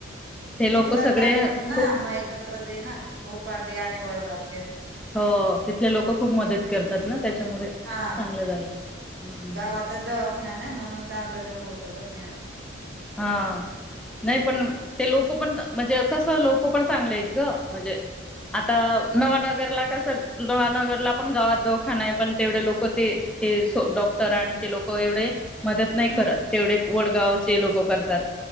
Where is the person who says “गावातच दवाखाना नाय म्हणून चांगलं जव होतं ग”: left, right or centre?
Right